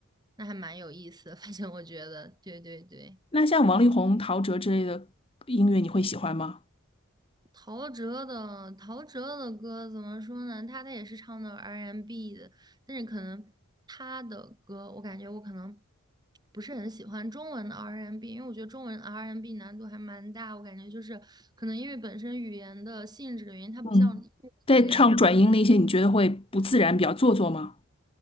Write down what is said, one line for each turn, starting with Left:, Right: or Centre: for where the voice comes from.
Right: 那还蛮有意思 <laughs> 反正我觉得，对对对，
Left: 那像王力宏、陶喆之类的音乐，你会喜欢吗？
Right: 陶喆的陶喆的歌怎么说呢？他他也是唱的 R&B n 的，但是可能他的歌，我感觉我可能不是很喜欢中文的 R&B，n 因为我觉得中文 R&B n 难度还蛮大，我感觉就是可能因为本身语言的性质的原因，它不像英文那个样。
Left: 嗯，在唱转音那些，你觉得会不自然，比较做作吗？